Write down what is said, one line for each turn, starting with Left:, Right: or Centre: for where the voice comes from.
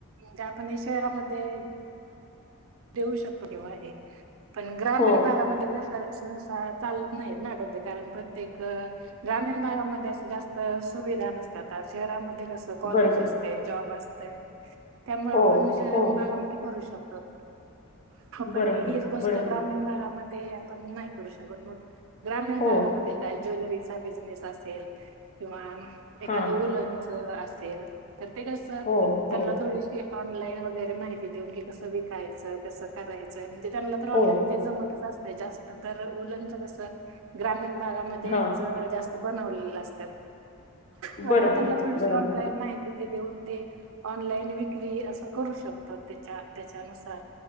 Right: गात. आणी शहरामध्ये देऊ शकते देव आहे. पण ग्रामीण
Left: हो,
Right: भागामध्ये सहसा चालत नाहीत ना आडोे कारण प्रत्येक ग्रामीण भागामध्ये असे जास्त सुविधा नसतात शहरामध्ये कस कॉलेज
Left: बरोबर.
Right: असते जॉब असते. तर त्यामुळे
Left: हो,
Right: आपण विषारम
Left: हो,
Right: भागामध्ये करू शकतो. हो. पण
Left: बरोबर,
Right: हीच गोष्ट
Left: बरोबर.
Right: ग्रामीण भागामध्ये ते आपण नाही करू शकत मग ग्रामीण
Left: हो,
Right: भागामध्ये काय ज्वेलरीज बिझनेस असेल किंवा एखादं
Left: हां,
Right: उलन असेल. तर ते कस
Left: हो,
Right: त्यांना
Left: हो,
Right: थोडीशी ऑनलाईन वगैरे माहिती देऊन की कसं. करायचं कसं करायचं म्हणजे त्यांला तर ऑलरेडी
Left: हो,
Right: ते जमतचत. स्त तरच कस ग्रा भागामध्ये
Left: हां,
Right: जास्त बनवलेलं असतात. अ
Left: बरोबर,
Right: पण त्यांना थडीशी
Left: बरोबर,
Right: ऑनलाई माहिती देऊन ते ऑनलाईन विक्री अस करू शकतात त्या त्याच्यानु हा.